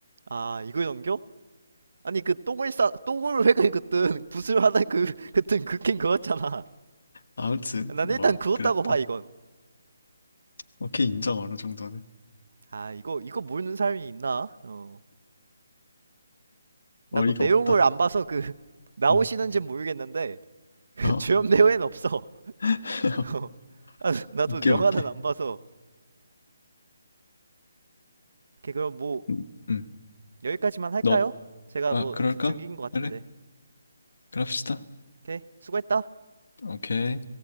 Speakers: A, on the right (about 65°); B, on the left (about 70°).
A: 아, 이걸 넘겨? 아니 그 똥을 싸 똥을 획을 그든 붓을 하나 그 그든 긋긴 그었잖아
B: 아무튼
A: 난
B: 뭐
A: 일단 그었다고
B: 그랬다.
A: 봐 이건.
B: 오케이 인정 어느 정도는
A: 아 이거 이거 모르는 사람이 있나? 어. 나도
B: 어이가
A: 내용을
B: 없다.
A: 안 봐서 그 <laughs> 나오시는지
B: 음.
A: 모르겠는데 그
B: 어.
A: 주연 배우엔 없어. <laughs>
B: <laughs>
A: 어. 아, 나도
B: 오케이
A: 영화는
B: 오케이.
A: 안 봐서. 오케이 그럼 뭐
B: 음. 음.
A: 여기까지만 할까요?
B: 너
A: 제가
B: 아
A: 뭐
B: 그럴까?
A: 대충 인것 같은데.
B: 그래. 그럽시다.
A: 오케이 수고했다.
B: 오케이.